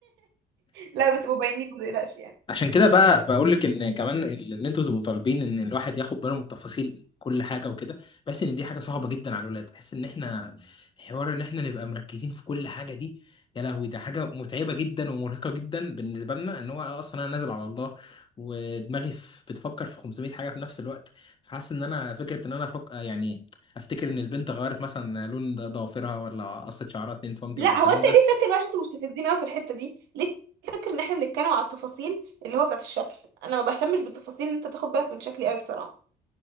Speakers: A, on the right; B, on the left.
A: لا بتبقوا باينين ما تقلقش يعني
B: عشان كده بقى بقول لك ان كمان ال- ان انتوا تبقوا طالبين ان الواحد ياخد باله من تفاصيل كل حاجه وكده بحس ان دي حاجه صعبه جدا على الولاد بحس ان احنا حوار ان احنا نبقى مركزين في كل حاجه دي يا لهوي ده حاجه متعبه جدا ومرهقه جدا بالنسبه لنا ان هو اصلا انا نازل على الله ودماغي في- بتفكر في 500 حاجه في نفس الوقت فحاسس ان انا فكره ان انا فك... يعني افتكر ان البنت غيرت مثلا لون ضوافرها ولا قصت شعرها 2
A: لا
B: سم ولا الكلام
A: هو انت
B: ده
A: ليه فاكر بقى عشان انتوا مستفزين قوي في الحته دي ليه فاكر ان احنا بنتكلم على التفاصيل اللي هو بتاعت الشكل انا ما بهتمش بالتفاصيل ان انت تاخد بالك من شكلي قوي بصراحه